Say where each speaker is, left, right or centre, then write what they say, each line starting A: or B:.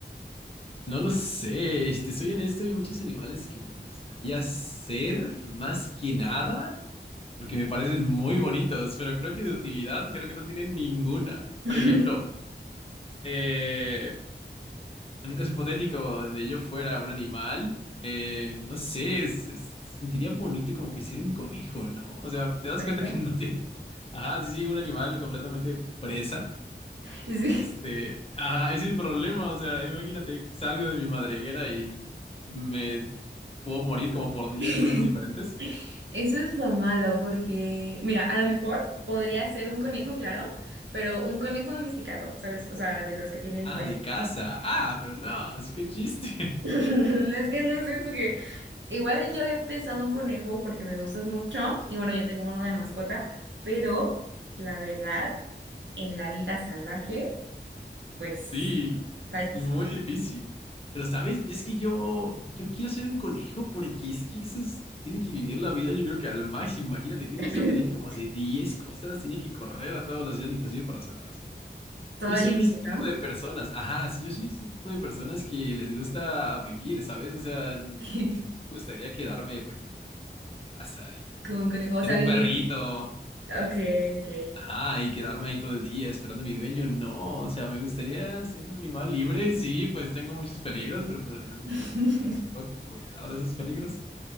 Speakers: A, on the left; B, on the right.
A: no lo sé. Si te soy honesto, hay muchos animales que me gustaría ser más que nada porque me parecen muy bonitos, pero creo que de utilidad creo que no tienen ninguna.
B: <laughs>
A: Por ejemplo, eh, En un caso hipotético donde yo fuera un animal, eh, no sé, se, se sentiría bonito como que ser un conejo, ¿no? O sea, te das
B: ¿Con
A: cuenta
B: eso?
A: que no tiene. Ajá, sí, sí, un animal completamente presa.
B: Sí.
A: Este, ajá, ese es el problema. O sea, imagínate, salgo de mi madriguera y me puedo morir como por 10
B: <laughs>
A: cosas diferentes.
B: Eso es lo malo porque, mira, a lo mejor podría ser un conejo, claro, pero un conejo domesticado, ¿sabes? O sea, de los que tienen
A: Ah,
B: dueño.
A: de casa. Ah, pero no, así que chiste.
B: <laughs> Es que no sé, porque igual yo había pensado en conejo porque me gustan mucho y bueno, yo tengo uno de mascota, pero la verdad, en la vida salvaje. pues
A: Sí, es
B: está difícil.
A: muy difícil. Pero, ¿sabes? Es que yo, yo quiero ser un conejo porque es que esos tienen que vivir la vida, yo creo que al máximo. Imagínate, tiene
B: <laughs>
A: que estar pendiente como de 10 cosas, tiene que correr a toda velocidad, inclusive para salvarse. Y
B: Todo
A: yo
B: el
A: soy
B: límite,
A: de ese tipo
B: ¿no?
A: de personas. Ajá, sí, yo soy de ese tipo de personas que les gusta vivir, ¿sabes? O sea, no
B: <laughs>
A: me gustaría quedarme, por ejemplo, en, en mi casa
B: Como un conejo, o
A: ser
B: sea,
A: un
B: vivir.
A: perrito,
B: Ok,
A: este,
B: ok.
A: ajá, y quedarme ahí todo el día esperando a mi dueño, no, o sea, me gustaría ser un animal libre, sí, pues tengo muchos peligros, pero pues al final de
B: <laughs>
A: cuentas, pues, puedo cuidar de esos peligros,